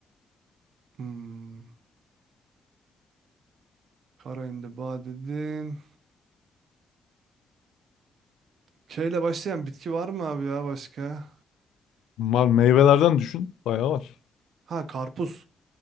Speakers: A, on the right; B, on the left.
A: Hmm. Kara indiba dedin. K ile başlayan bitki var mı abi ya başka?
B: Mal meyvelerden düşün. Bayağı var.
A: Ha karpuz.